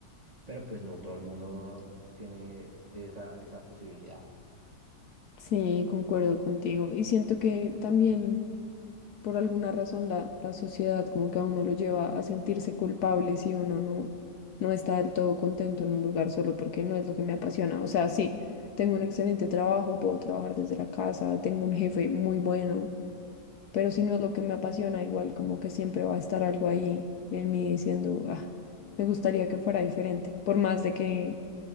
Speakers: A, on the right (about 20°); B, on the left (about 65°).
A: Pero pues no todo el mundo tiene esa, esa posibilidad.
B: Sí, concuerdo contigo. Y siento que también por alguna razón la, la sociedad como que a uno lo lleva a sentirse culpable si uno no, no está del todo contento en un lugar solo porque no es lo que me apasiona. O sea, sí, tengo un excelente trabajo, puedo trabajar desde la casa, tengo un jefe muy bueno pero si no es lo que me apasiona, igual como que siempre va a estar algo ahí en mí diciendo, ah, me gustaría que fuera diferente, por más de que